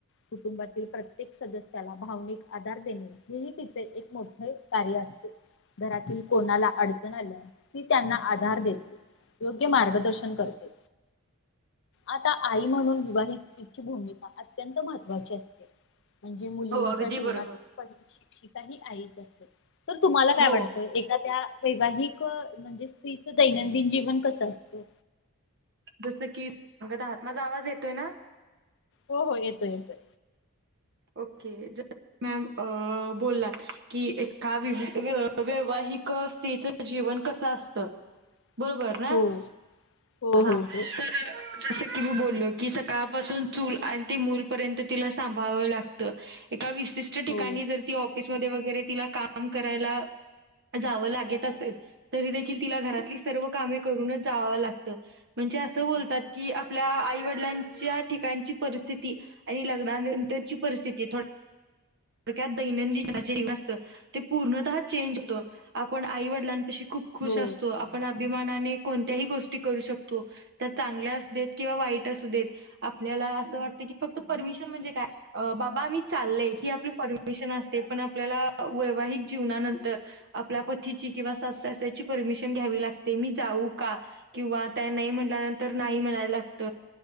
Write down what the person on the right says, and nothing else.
हो अगदी
बरोबर
हो
जसं कि सग दहातमाझ आवाज येतोय ना.
ओके ज मॅम अ बोललात की एका वैवाहिक स्त्रीच्या जीवन कसं असतं.
बरोबर ना
हा
तर जसं की मी बोललो की सकाळपासून चूल आणि ते मूलपर्यंत तिला सांभाळवं लागत. एका विशिष्ट ठिकाणी
जर तिला ऑफिसमध्ये वगैरे तिला काम करायला जावं लागत असेल तरी देखील तिला घरातली सर्व कामे करूनच जावं लागतं. म्हणजे असं बोलतात की आपल्या आईवडिलांच्या ठिकाणची परिस्थिती आणि लग्नानंतरची परिस्थिती थोड त दैनंदिन ज असत ते पूर्णतः चेंज होत आपण आई वडिलांपशी खूप खुश
असतो आपण अभिमानाने कोणत्याही गोष्टी करू शकतो. त्या चांगल्या असू देत किंवा वाईट असू देत. आपल्याला असं वाटत की फक्त परमिशन म्हणजे काय बाबा मी चालय ही आपली परमिशन असते पण आपल्याला वैवाहिक जीवनानंतर आपल्या पतीची किंवा सासू सासर्‍यांची परमिशन घ्यावी लागते मी जाऊ का? किंवा त्या नाही म्हटल्यानंतर नाही म्हणायला लागत.